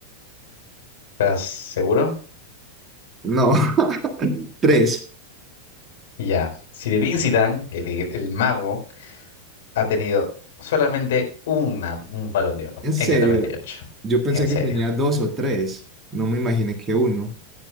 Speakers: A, on the left (about 55°); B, on the right (about 20°).
A: ¿Estás seguro?
B: no, <laughs> tres,
A: Ya, Si Zinedine Zidane, el, el mago, ha tenido solamente una, un balón de oro
B: en serio,
A: en el noventa y ocho.
B: yo pensé
A: En serio.
B: que tenía dos o tres, no me imaginé que uno,